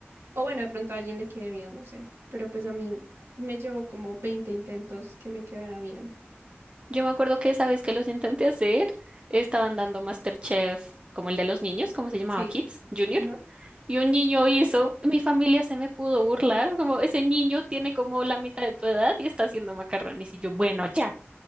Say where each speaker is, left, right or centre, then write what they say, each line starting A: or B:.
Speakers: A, on the right (about 70°); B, on the right (about 30°).
A: O bueno, de pronto a alguien le quede bien, no sé, pero pues a mí me llevó como 20 intentos que me quedara bien.
B: Yo me acuerdo que esa vez que los intenté hacer, estaban dando MasterChef, como el de los niños, como se llamaba?
A: Sí.
B: Kids Junior.
A: Ajá.
B: Y un niño hizo, mi familia se me pudo burlar, como ese niño tiene como la mitad de tu edad y está haciendo macarrones. Y yo, bueno, ya,